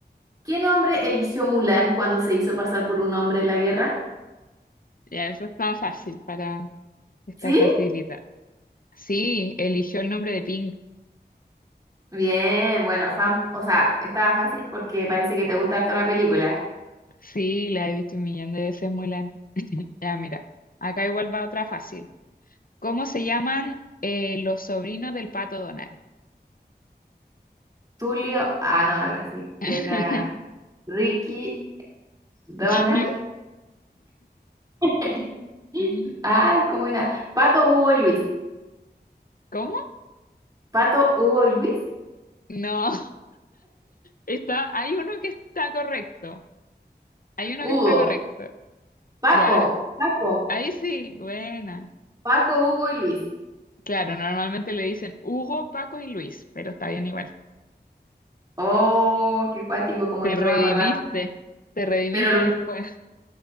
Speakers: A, on the right; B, on the left.
A: ¿Qué nombre eligió Mulan cuando se hizo pasar por un hombre en la guerra?
B: Ya, eso está fácil para... Está
A: ¿Sí?
B: facilita. Sí, eligió el nombre de Pink.
A: Bien, bueno, fan, o sea, estaba fácil porque parece que te gusta toda la película.
B: Sí, la he visto un millón de veces, Mulan. <laughs> Ya, mira, acá igual va otra fácil. ¿Cómo se llaman eh, los sobrinos del pato Donald?
A: Tulio, ah, no, algo así.
B: <laughs>
A: Era Ricky, Donald.
B: ¿Qué?
A: <laughs>
B: <laughs>
A: Ay, ¿cómo era? Pato, Hugo y Luis.
B: ¿Cómo?
A: Pato, Hugo y Luis.
B: No, está, hay uno que está correcto. Hay uno
A: Hugo,
B: que está correcto.
A: Paco,
B: ¿Ya?
A: Paco,
B: Ahí sí, buena.
A: Paco, Hugo y Luis.
B: Claro, normalmente le dicen Hugo, Paco y Luis, pero está bien igual.
A: Oh, qué cuático, como
B: Te
A: que
B: redimiste,
A: no me acordaba.
B: te redimiste
A: Pero los
B: después.